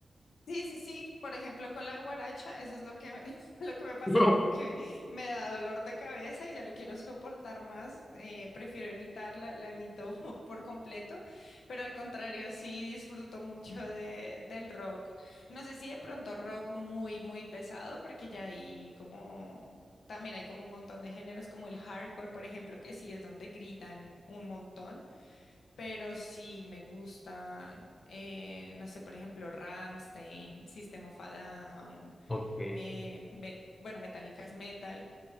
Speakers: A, on the left; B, on the left.
A: Sí, sí, sí. Por ejemplo, con la guaracha, eso es lo que me, <laughs> lo que me
B: <laughs>
A: pasa,
B: No.
A: como que me da dolor de cabeza y ya no quiero soportar más. eh, prefiero evitarla, la evito <laughs> por completo. Pero al contrario, sí disfruto mucho de, del rock. No sé si de pronto rock muy, muy pesado, porque ya hay como también hay como un montón de géneros, como el hardcore, por ejemplo, que sí es donde gritan un montón. Pero sí me gustan, eh, no sé, por ejemplo, Rammstein, System of a Down,
B: Ok.
A: eh, Met- bueno, Metallica es metal,